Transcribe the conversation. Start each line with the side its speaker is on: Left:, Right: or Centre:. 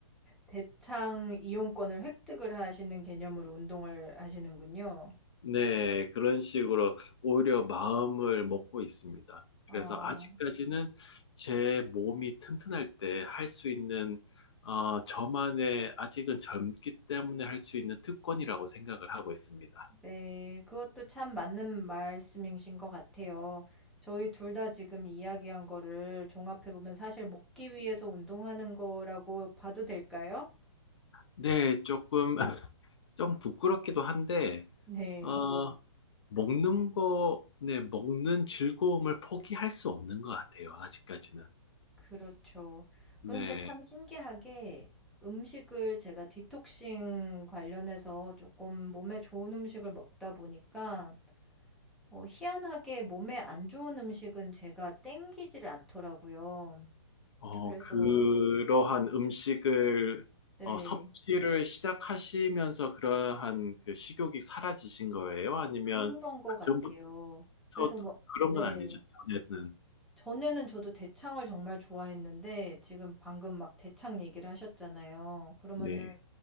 Centre: 대창 이용권을 획득을 하시는 개념으로 운동을 하시는군요.
Left: 네. 그런 식으로 오히려 마음을 먹고 있습니다. 그래서
Centre: 어,
Left: 아직까지는 제 몸이 튼튼할 때 할 수 있는 어 저만의 아직은 젊기 때문에 할 수 있는 특권이라고 생각을 하고 있습니다.
Centre: 네. 그것도 참 맞는 말씀이신 것 같아요. 저희 둘 다 지금 이야기한 거를 종합해 보면 사실 먹기 위해서 운동하는 거라고 봐도 될까요?
Left: 네. 쪼끔 좀 부끄럽기도 한데,
Centre: 네.
Left: 어, 먹는 거, 네, 먹는 즐거움을 포기할 수 없는 것 같아요, 아직까지는.
Centre: 그렇죠.
Left: 네,
Centre: 그런데 참 신기하게 음식을 제가 디톡싱 관련해서 조금 몸에 좋은 음식을 먹다 보니까 어, 희한하게 몸에 안 좋은 음식은 제가 땡기질 않더라고요.
Left: 어,
Centre: 그래서
Left: 그러한
Centre: 음,
Left: 음식을,
Centre: 네,
Left: 어, 섭취를 시작하시면서 그러한 그 식욕이 사라지신 거예요? 아니면
Centre: 그런 것
Left: 그전부터
Centre: 같아요. 그래서
Left: 또
Centre: 뭐, 음,
Left: 그런
Centre: 네.
Left: 건 아니죠, 전에는.
Centre: 전에는 저도 대창을 정말 좋아했는데 지금 방금 막 대창 얘기를 하셨잖아요. 그러면은
Left: 네.